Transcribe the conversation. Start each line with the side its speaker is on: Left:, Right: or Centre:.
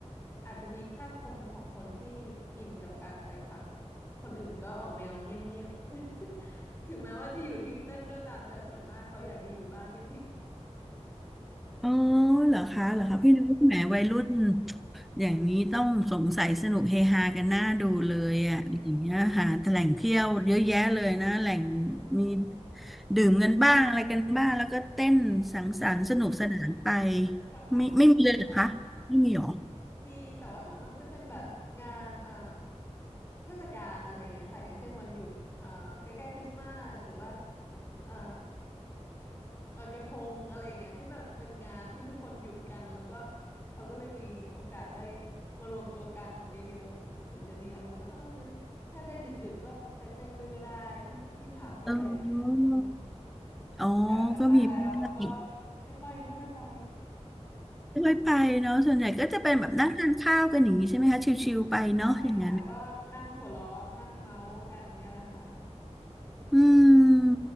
Left: อาจจะมีแค่คนสองคนที่อินกับการไปผับคนอื่นก็ออกแนวเงียบๆ <laughs> ถึงแม้ว่าจะอยู่ทีมเต้นก็ตามแต่ส่วนมากเขาอยากจะอยู่บ้านเงียบ
Centre: อ๋อเหรอคะเหรอคะพี่นึกว่าแหมวัยรุ่น
Left: ๆ <laughs> ใช่
Centre: อย่างนี้ต้องสงสัยสนุกเฮฮากันหน้าดูเลยอ่ะอย่างเงี้ยหาแต่แหล่งเที่ยวเยอะแยะเลยนะแหล่งมี
Left: อืม
Centre: ดื่มกันบ้างอะไรกันบ้างแล้วก็เต้นสังสรรค์สนุกสนานไป
Left: ค่ะส่วนมากจะเป็นแบบ
Centre: ไม่ไม่มีเลยเหรอคะไม่มีเหรอ
Left: มีแต่ว่าส่วนมากจะเป็นแบบงานเอ่อเทศกาลอะไรอย่างเงี้ยค่ะอย่างเช่นวันหยุดเอ่อใกล้ๆคริสต์มาสหรือว่าเอ่อลอยกระทงอะไรอย่างเงี้ยที่แบบเป็นงานที่ทุกคนหยุดกันแล้วก็เขาก็เลยมีโอกาสได้มารวมตัวกันเยอะๆถึงจะมีอารมณ์ว่าเอองั้นถ้าได้ดึกๆก็ไปเต้นด้วยก็ได้ที่ที่ผับที่อะไรอย่างเงี้ยอืม
Centre: เอออ๋อ
Left: แต่ส่วนมากแล้วก็
Centre: ก็มีบ้าง
Left: ไม่ค่อยไม่ค่อยไป
Centre: ไม่ค่อยไปเนาะส่วนใหญ่ก็จะเป็นแบบนั่งทานข้าวกันอย่างนี้ใช่ไหมคะชิวๆไปเนาะอย่างนั้น
Left: ใช่ค่ะก็นั่งหัวเราะนั่งเมาส์กันเนี่ยแหละค่ะ
Centre: อืม